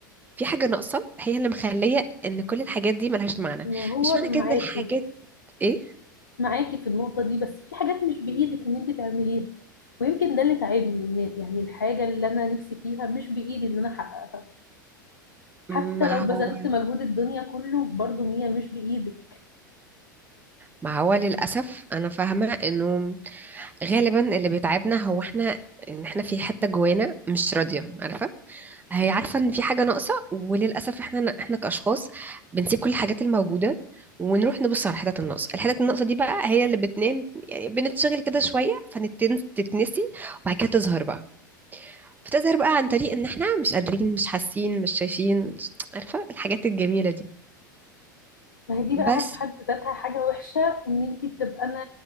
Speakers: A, on the right (about 15°); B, on the left (about 75°).
A: في حاجة ناقصة هي اللي مخلية ان كل الحاجات دي ملهاش معنى
B: ما هو
A: مش معنى
B: معاكي
A: كده ان الحاجات ايه
B: معاكي في النقطة دي بس في حاجات مش بإيدك ان انت تعمليها ويمكن ده اللي تعبني ان يعني الحاجة اللي انا نفسي فيها مش بإيدي ان انا احققها
A: ما
B: حتى لو بذلت
A: هو
B: مجهود الدنيا كله برضو هي مش بإيدك
A: ما هو للأسف أنا فاهمة إنه غالبا اللي بيتعبنا هو إحنا إن إحنا في حتة جوانا مش راضية عارفة هي عارفة إن في حاجة ناقصة وللأسف إحنا إحنا كأشخاص بنسيب كل الحاجات الموجودة ونروح نبص على الحتت الناقصة الحتت الناقصة دي بقى هي اللي بتنام يعني بنتشغل كده شوية فتتنسي وبعد كده تظهر بقى بتظهر بقى عن طريق ان احنا مش قادرين مش حاسين مش شايفين مش- عارفة الحاجات الجميلة دي
B: ما هي دي بقى
A: بس
B: في حد ذاتها حاجة وحشة ان انت تبقى انا